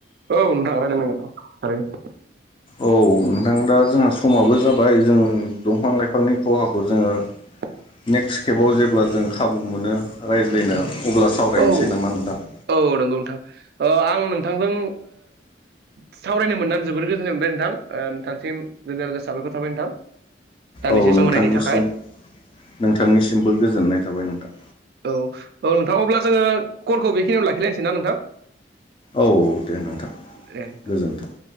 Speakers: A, on the right (about 55°); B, on the left (about 30°).
A: औ नोंथां रायलायनांगोन औ थारैनो।
B: औ नोंथां दा जोंहा समाबो जाबाय जों दंफां लाइफांनि खहाखौ जोंङो
A: <inaudible>
B: नेक्स्ट खेबाव जेब्ला जों खाबु मोनो रायज्लायनो अब्ला सावरायनोसै
A: औ
B: नामा नोंथां।
A: औ नंगौ नोंथां आं नोंथांजों सावरायनो मोननानै जोबोर गोजोननाय मोनबाय नोंथां नोंथांसिम रोजा रोजा साबायखर थाबाय नोंथां। दानदिसे
B: औ
A: सम
B: नोंथांनिसिम
A: होनायनि थाखाय।
B: नोंथांनिसिमबो गोजोननाय थाबाय नोंथां।
A: औ औ नोंथां अब्ला जोंङो कलखौ बेखिनियावनो लाखिलायनोसैना नोंथां।
B: औ औ दे नोंथां
A: दे नोंथां
B: गोजोन्थों।